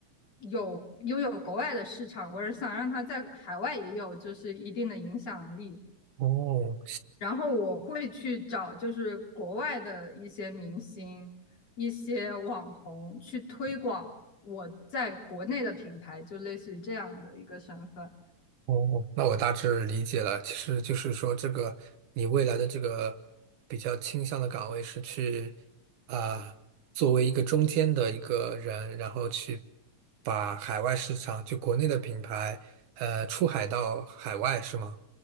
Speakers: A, on the left; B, on the right.
A: 有拥有国外的市场，我是想让它在海外也有就是一定的影响力。
B: 哦，
A: 然后我会去找就是国外的一些明星、一些网红去推广我在国内的品牌，就类似于这样的一个身份。
B: 哦，那我大致理解了。其实就是说，这个你未来的这个比较倾向的岗位是去啊、作为一个中间的一个人，然后去把海外市场，就国内的品牌，呃，出海到海外，是吗？